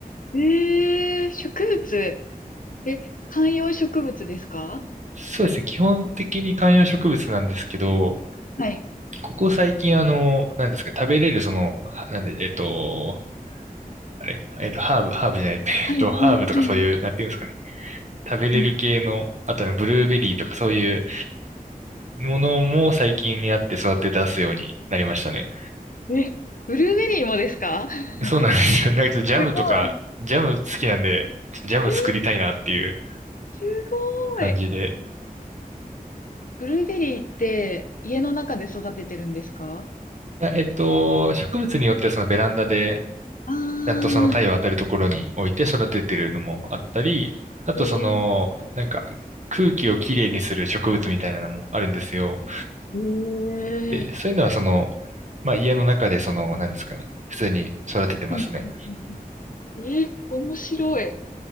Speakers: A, on the left; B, on the right.
A: えー、植物。え、観葉植物ですか
B: そうですね。基本的に観葉植物なんですけど、
A: はい。
B: ここ最近あの、なんですか、食べれるその、はなんで、えっと、あれ、えっと、ハーブ、ハーブじゃない、<laughs> えっと、
A: はい、はい、は
B: ハーブとかそういう、
A: い
B: なんていうんですかね。食べれる系の、
A: うん。
B: あとね、ブルーベリーとかそういうものも最近にあって育て出すようになりましたね。
A: えー、え、ブルーベリーもですか <laughs> す
B: そうなんですよ。なんかちょっとジャムとか、
A: ごい。
B: ジャム好きなんで、ちょっとジャム作りたいなっていう
A: えーす
B: 感じで。
A: ごい。ブルーベリーって家の中で育ててるんですか
B: いや、えっと、植物によってはそのベランダで、
A: あ
B: ちゃんとその太陽当たるところに置いて育ててるのもあったり、あとその、
A: ーえー、
B: なんか空気をきれいにする植物みたいなのもあるんですよ。
A: えー、
B: で、そういうのはその、まあ家の中でその、なんですかね、普通に育ててますね。
A: うんうんうんうんえ、面白い。